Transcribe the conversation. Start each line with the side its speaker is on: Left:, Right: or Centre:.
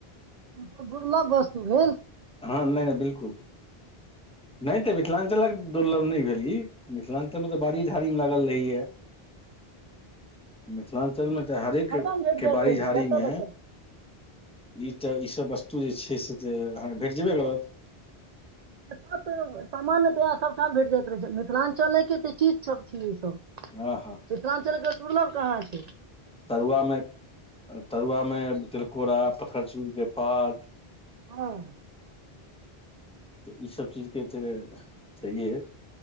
Right: ई त दुर्लभ वस्तु भेल
Centre: हँ नैय नैय बिल्कुल नैय तऽ मिथिलांचलक दुर्लभ नैय भेल ई मिथिलांचल मे तऽ बाड़िए झाड़ी मे लागल रहैया मिथिलांचल मे तऽ हरेक
Right: हरदम भेट
Centre: के
Right: जाइत
Centre: बाड़ी
Right: रहै
Centre: झाड़ीमे
Right: छै जतऽ ततऽ
Centre: ई तऽ इसभ वस्तु जे छै से जे अहाँकेँ भेट जेबे करत
Right: एय तऽ सामान्य तऽ सभठाम भेट जाइत रहै छै मिथिलांचले के तऽ चीज सब छिय इ सब
Centre: हँ
Right: मिथिलांचल के दुर्लभ कहाँ छैय
Centre: तरुआ मे तरुआ मे तिलकोरा पथरचूर के पात
Right: हँ
Centre: तऽ ईसभ चीजके तऽ छैहे